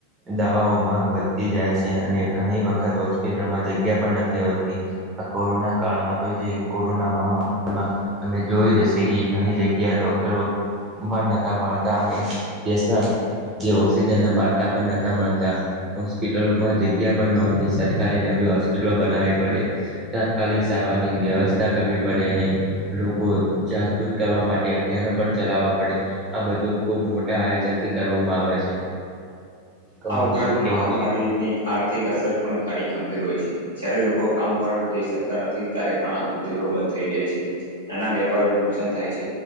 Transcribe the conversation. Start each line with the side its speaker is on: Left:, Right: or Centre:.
Right: દવાઓ માંગ વધતી જાય છે અને ઘણી વખત હોસ્પિટલમાં જગ્યા પણ નથી હોતી આ કોરોના કાળમાં તો જે કોરોના મહામારી માં તમે જોઈ જશે કે ઘણી જગ્યા ડોક્ટરો મન નતા મળતા અને દેશના જે ઓક્સિજનના બાટલા પણ નતા મળતા હોસ્પિટલોમાં જગ્યા પણ નહતી સરકારી નવી હોસ્પિટલોમાં હોસ્પિટલો બનાવી પડી તાત્કાલિક સારવારની વ્યવસ્થા કરવી પડે અને લોકો જાગૃત કરવા માટે અભિયાનો પણ ચલાવવા પડે આ બધું ખૂબ મોટા આયોજનથી કરવામાં આવે છે તમે
Left: આ ઉપરાંત
Right: શું કેવું
Left: મહામારીની
Right: છે
Left: આર્થિક અસર પણ ઘણી ગંભીર હોય છે જારે લોકો કામ પર જઈ શકતા નથી ત્યારે ઘણા ઉદ્યોગો બંધ થઈ જાય છે નાના વેપાર નુકસાન થાય છે